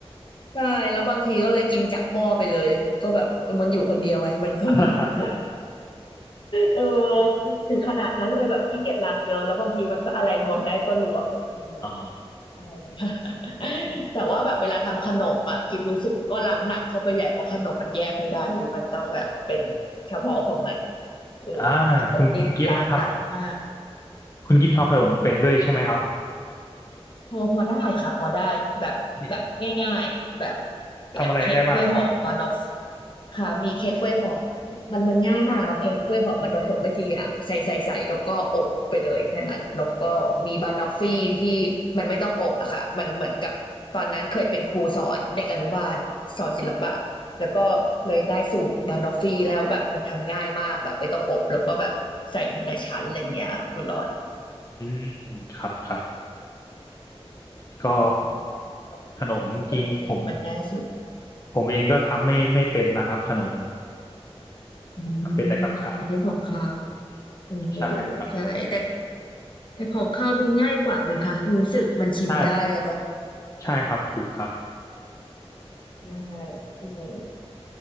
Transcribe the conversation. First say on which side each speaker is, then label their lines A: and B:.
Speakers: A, on the left; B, on the left.
A: ใช่แล้วบางทีก็เลยกินจากหม้อไปเลยแล้วก็แบบมันอยู่คนเดียวไงมันก็ <laughs>
B: <laughs>
A: เออถึงขนาดนั้นเลยแบบขี้เกียจล้างเยอะแล้วบางทีมันก็อะไรรวมได้ก็รวมอืม
B: อ๋อ
A: ใช่ใช่ <laughs> แต่ว่าแบบเวลาทำขนมอะกิบรู้สึกก็ล้างหนักเข้าไปใหญ่เพราะขนมมันแยกไม่ได้เลยมันต้องแบบเป็นเฉพาะของมันเออ
B: อ่าคุณคุณกิฟต์ทำ
A: ขนมนี่ล้างหนักมาก
B: คุณกิฟต์ทำขนมเป็นด้วยใช่ไหมครับ
A: พอพอได้ค่ะพอได้แบบแบบง่ายๆแบบ
B: มี
A: แบบเค้กกล้วยหอมบานอฟ
B: ทำอะไรได้บ้างครับ
A: ค่ะมีเค้กกล้วยหอมมันมันง่ายมากค่ะเค้กกล้วยหอมมันผสมไม่กี่อย่างใส่ใส่ใส่แล้วก็อบไปเลยแค่นั้นแล้วก็มีบานอฟฟี่ที่มันไม่ต้องอบอะค่ะมันเหมือนกับตอนนั้นเคยเป็นครูสอนเด็กอนุบาลสอนศิลปะแล้วก็เลยได้สูตรบานอฟฟี่แล้วแบบมันทำง่ายมากแบบไม่ต้องอบแล้วก็แบบใส่ทีละชั้นอะไรอย่างเงี้ยคุณรอน
B: อืมครับครับ
A: ใช่ใช่
B: ก็
A: สอง
B: ขนมจริงผม
A: สองอย่างนี้แหละมันง่ายสุด
B: ผมเองก็ทำไม่ไม่เป็นนะครับขนม
A: ค่ะอืมค่ะเน้นของคาว
B: ทำเป็นแต่กับข้าว
A: เออ
B: ใช่
A: ใช่แต่แต่ของคาวดูง่ายกว่าไหมคะรู้สึกมันชิมได้อะเนาะ
B: ใช่ใช่ครับถูกครับ
A: เออเออ